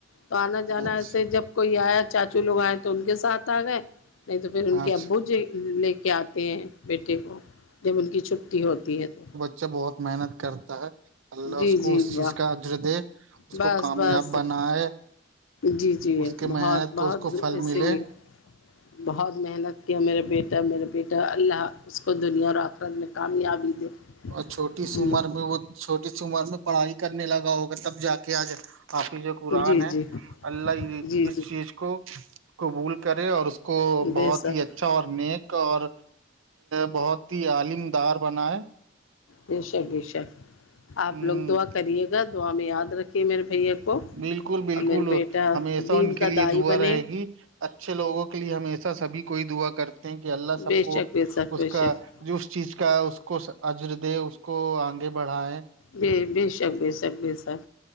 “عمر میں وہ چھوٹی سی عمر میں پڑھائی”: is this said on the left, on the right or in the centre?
Right